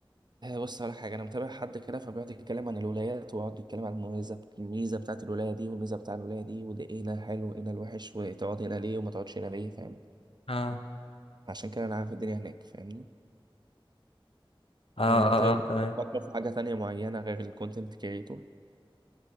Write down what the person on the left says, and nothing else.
اه
اه
اه, آه تمام